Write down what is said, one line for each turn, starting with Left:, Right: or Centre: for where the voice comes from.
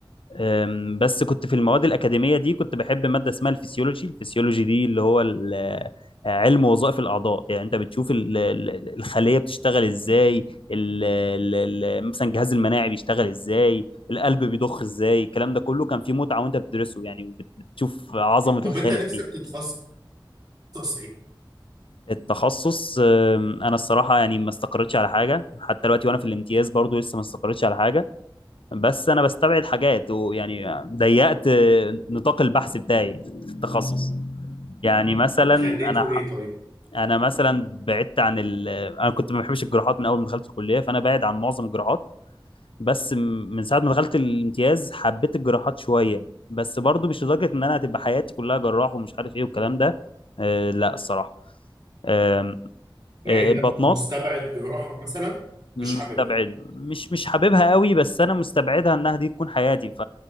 Left: أم، بس كنت في المواد الأكاديمية دي كنت بحب مادة اسمها الفسيولوجي الفسيولوجي دي اللي هو ال- علم وظائف الأعضاء يعني أنت بتشوف ال- ال- الخلية بتشتغل إزاي ال- ال- ال- مثلا الجهاز المناعي بيشتغل إزاي القلب بيضخ إزاي الكلام ده كله كان فيه متعة وأنت بتدرسه يعني وبت- بتشوف عظمة
Right: طب
Left: الخالق
Right: انت نفسك
Left: دي
Right: تتخصص ايه
Left: التخصص أم، أنا الصراحة يعني ما استقرتش على حاجة حتى دلوقتي وأنا في الامتياز برضو لسه ما استقرتش على حاجة بس انا بستبعد حاجات ويعني ضيقت نطاق البحث بتاعي في التخصص يعني مثلا
Right: خليته
Left: انا ح...
Right: ايه طيب
Left: انا مثلا بعدت عن ال... انا كنت ما بحبش الجراحات من اول ما دخلت الكليه فانا بعد عن معظم الجراحات بس م- من ساعه ما دخلت الامتياز حبيت الجراحات شويه بس برضو مش لدرجه ان انا هتبقى حياتي كلها جراح ومش عارف ايه والكلام ده أه لا الصراحه أم،
Right: يعني
Left: أه، البطنات
Right: انت مستبعد جراحه مثلا
Left: مستبعد
Right: مش حاببها
Left: مش مش حاببها قوي بس انا مستبعدها انها دي تكون حياتي ف